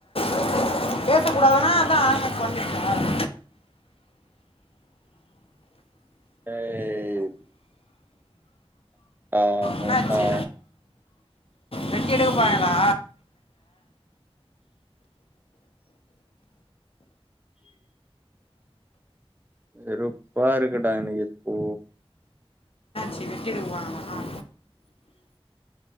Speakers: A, on the left; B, on the right.
A: <inaudible> பேசக்கூடாதுனா அதா ஆண்மை கொறஞ்சுருச்சா
B: டேய் ஆ மூசா
A: என்னாச்சு வெட்டி எடுக்க போறாய்ங்களா
B: வெறுப்பா இருக்குடா எனக்கு இப்போ
A: இதே வெட்டி எடுக்க போறாங்கனா